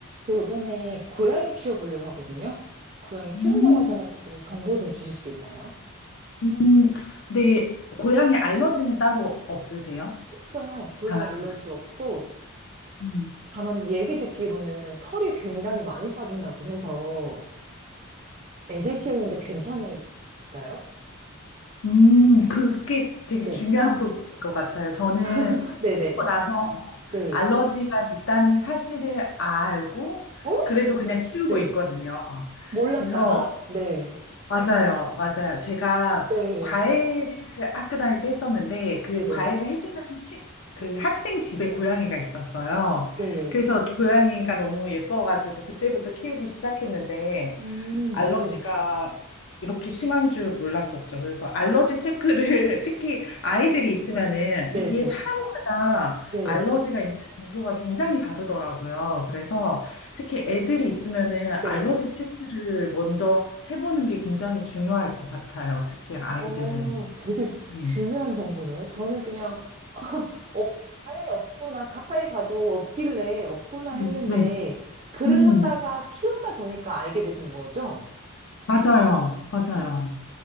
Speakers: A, on the right; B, on the left.
A: 저 요번에 고양이 키워보려고 하거든요. 고양이 키운다고
B: 음,
A: 하셔가지고 정보 좀 주실 수 있나요?
B: 음, 네, 고양이 알러지는 따로 없으세요?
A: 없어요. 고양이
B: 강아지나?
A: 알러지 없고,
B: 음,
A: 다만 얘기 듣기로는 털이 굉장히 많이 빠진다고 해서 애들 키우는데 괜찮을까요?
B: 음, 그게 되게
A: 네.
B: 중요한 <laughs> 부분인 것 같아요. 저는
A: <laughs> 네네.
B: 키우고 나서
A: 네.
B: 알러지가 있다는 사실을 알고,
A: 어?
B: 그래도 그냥 키우고
A: 네.
B: 있거든요.
A: 몰랐다가?
B: 그래서
A: 네.
B: 맞아요, 맞아요. 제가
A: 네.
B: 과외를 학교 다닐 때 했었는데 그
A: 네네.
B: 과외를 해주는 치, 그 학생 집에 고양이가 있었어요.
A: 네네.
B: 그래서 고양이가 너무 예뻐가지고 그때부터 키우기 시작했는데
A: 음,
B: 알러지가
A: 네.
B: 이렇게 심한 줄 몰랐었죠. 그래서 알러지 체크를 <laughs> 특히 아이들이 있으면은
A: 네네.
B: 이게 사람마다
A: 네.
B: 알러지가 있는 정도가 굉장히 다르더라고요. 그래서 특히 애들이 있으면은
A: 네.
B: 알러지 체크를 먼저 해보는 게 굉장히 중요할 것 같아요. 특히 아이들은.
A: 어, 되게 주-
B: 네.
A: 중요한 정보네요. 저는 그냥 없, 당연히 없구나. 가까이 가도 없길래 없구나
B: 음,
A: 했는데,
B: 네.
A: 그러셨다가
B: 음,
A: 키우다 보니까 알게 되신 거죠?
B: 맞아요. 맞아요.
A: 어,